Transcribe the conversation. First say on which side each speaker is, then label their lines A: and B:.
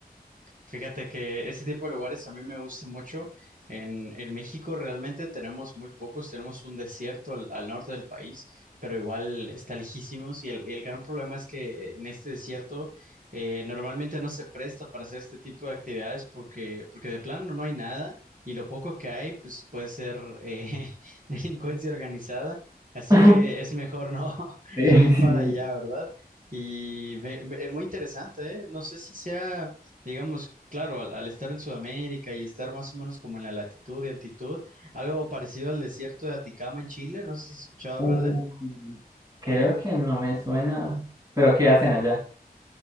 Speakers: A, on the right; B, on the right.
A: Fíjate que ese tipo de lugares a mí me gusta mucho. En, en México realmente tenemos muy pocos, tenemos un desierto al, al norte del país, pero igual está lejísimos y el, y el gran problema es que en este desierto eh, normalmente no se presta para hacer este tipo de actividades porque, porque de plano no hay nada y lo poco que hay pues puede ser eh, <laughs> delincuencia organizada, así
B: <laughs>
A: que es mejor no, <laughs>
B: Sí.
A: no ir para allá, ¿verdad? Y me- me- eh, muy interesante, ¿eh? No sé si sea... Digamos, claro, al, al estar en Sudamérica y estar más o menos como en la latitud y altitud, algo parecido al desierto de Aticama en Chile, no sé si has escuchado
B: Uy,
A: hablar de él.
B: creo que no me suena. ¿Pero qué hacen allá?